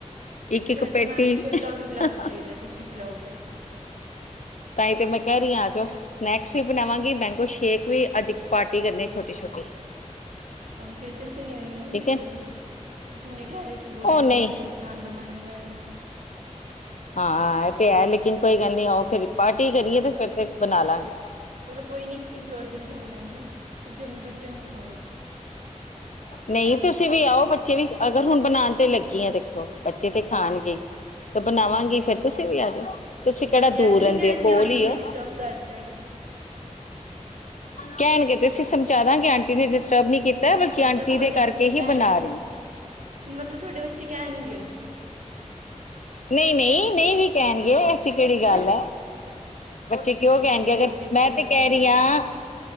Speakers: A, on the left; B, on the right.
A: ਇੱਕ ਇੱਕ
B: ਫਿਰ
A: ਪੇਟੀ।
B: ਤਾਂ ਮੈਂਗੋ ਸ਼ੇਕ
A: <unintelligible>
B: ਤੁਹਾਨੂੰ ਪਿਲਾਉਣਾ ਚਾਹੀਦਾ ਤੁਸੀਂ ਬਿਲਾਓਗੇ?
A: ਤਾਂ ਹੀ ਤੇ ਮੈਂ ਕਹਿ ਰਹੀ ਹਾਂ ਆਜੋੋ। ਸਨੈਕਸ ਵੀ ਬਣਾਵਾਂਗੀ ਮੈਂਗੋ ਸ਼ੇਕ ਵੀ ਅੱਜ ਏਕ ਪਾਰਟੀ ਕਰਨੀ ਛੋਟੀ ਛੋਟੀ,
B: ਤੁਵਾਨੂੰ ਖੇਚਲ ਤੇ ਨੀ ਹੋਈ ਨੀ
A: ਠੀਕ ਹੈ
B: ਗਰਮੀ ਚ ਤੁਸੀਂ ਹੁਨੇ ਕਹਿ ਰਹੇ ਸੀ ਬਹੁਤ
A: ਉਹ
B: ਗਰਮੀ
A: ਨਹੀਂ
B: ਹੈ ਕੁਝ, ਨਹਾਨ ਦਾ ਮਨ ਨੀ ਕਰ ਰਿਹਾ।
A: ਹਾਂ ਇਹ ਤੇ ਹੈ ਲੇਕਿਨ ਕੋਈ ਗੱਲ ਨੀ ਆਓ ਫੇਰ ਪਾਰਟੀ ਕਰੀਏ ਤੇ ਫਿਰ ਤੇ ਬਣਾ ਲਾਂਗੇ।
B: ਚਲੋ ਕੋਈ ਨੀ ਕਿਸੀ ਹੋਰ ਦਿਨ ਕਰ ਲਾਂਗੇ ਤੁਸੀਂ ਆਪਣੇ ਬੱਚਿਆਂ ਨੂੰ ਖਵਾ ਲੋ।
A: ਨਹੀਂ ਤੁਸੀਂ ਵੀ ਆਓ ਬੱਚੇ ਵੀ ਅਗਰ ਹੁਣ ਬਨਾਣ ਤੇ ਲੱਗੀ ਆ ਦੇਖੋ। ਬੱਚੇ ਤੇ ਖਾਣਗੇ
B: ਅੱਛਾ
A: ਈ ਤੇ ਬਣਾਵਾਂਗੀ ਫੇਰ ਤੁਸੀਂ ਵੀ ਆਜੋ। ਤੁਸੀਂ
B: ਤਾਂ
A: ਕੇੜਾ
B: ਬੱਚੇ ਐ
A: ਦੂਰ
B: ਤਾਂ
A: ਰਹਿੰਦੇ
B: ਨਹੀਂ ਕਹਿਣਗੇ
A: ਔ ਕੋਲ
B: ਆਂਟੀ
A: ਈ
B: ਨੇ
A: ਹੋ।
B: <unintelligible>
A: ਕਹਿਣਗੇ ਤੇ ਅਸੀਂ ਸਮਝਾ ਦਾਂਗੇ ਆਂਟੀ ਨੇ ਡਿਸਟਰਬ ਨਹੀ ਕੀਤਾ ਬਲਕਿ
B: ਮਤਲਬ
A: ਆਂਟੀ
B: ਤੁਹਾਡੇ
A: ਦੇ ਕਰਕੇ
B: ਬੱਚੇ ਕਹਿਣਗੇ
A: ਹੀ ਬਣਾ ਰਹੀ
B: ਮਤਲਬ ਤੁਹਾਡੇ ਬੱਚੇ ਕਹਿਣਗੇ।
A: ਨਹੀਂ ਨਹੀਂ ਨਹੀਂ ਵੀ ਕਹਿਣਗੇ ਐਸੀ ਕੇੜੀ ਗੱਲ ਹੈ। ਬੱਚੇ ਕਿਉਂ
B: ਤੁਸੀਂ
A: ਕਹਿਣਗੇ
B: ਤਾਂ ਬਹੁਤ
A: ਅਗਰ
B: ਬੇਇੱਜ਼ਤੀ
A: ਮੈਂ
B: ਕਰ
A: ਤੇ ਕਹਿ
B: ਰਹੇ ਹੋ
A: ਰਹੀ
B: ਮੇਰੀ
A: ਆਂ